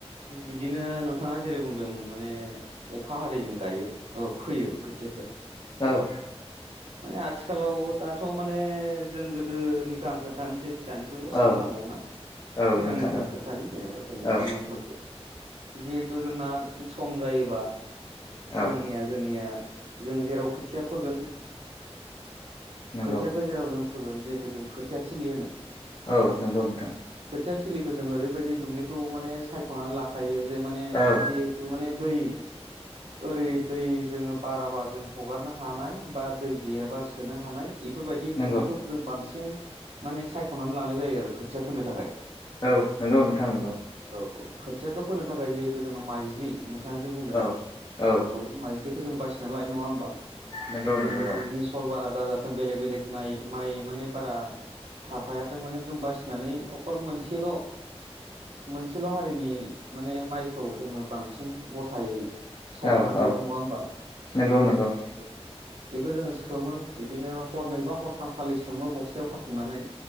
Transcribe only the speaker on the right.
बिदिनो नोंथाङा जेरै बुंदों माने अखा हादैजों गायो। औ फैयो खोथियाखो।
माने आथिखालाव दाथ' माने जों गोदोनिखो आं खोन्थानोसै। दानिखौ
मा नांबावगौ ना।
सिगांनिखो
आं खोन्थानो जेनेबा जोंनि
नियमफोरखौ। जिहेथु जोंना सम जायोबा सिगांनिया
जोंनिया जों जेराव खोथिया फोगोन
खोथियाखौ जेराव जों फोगोन जेखो जों खोथिया थिलि होनो‌।
खोथिया थिलिखौ जों ओरैबायदि दुब्लिखौ माने सायख'ना लाखायो। माने
जिहेतु माने दै ओरै दै जोङो बाराबा जों हगारना हानाय बा दै गैयाबा सोनो हानाय इफोरबायदि
दुब्लिखौ जों बांसिन माने सायख'नानै लानाय जायो आरो खोथिया फोनो थाखाय।
औ खोथियाखौ फोनो थाखाय जिहेथु जोंन माइज्लि नोंथाङा दि बुंदों
नंगौ माइ खो जों बासिना लायो नङा होमबा
जिहेथु
मिसल बारा दाजा थों बेलेग बेलेग नाइ माइ माने बारा थाफायाथों माने जों बासिनानै अकल मोनसेल' मोनसेल' हारिनि माने माइखौ जोङो बांसिन गथायै
सायख'नानै
दोन नङा होमबा
बेखो जोङो सोमो बिदिनो हरनै बा हरथामखालि सोमो बस्थायाव खाथुमनानै।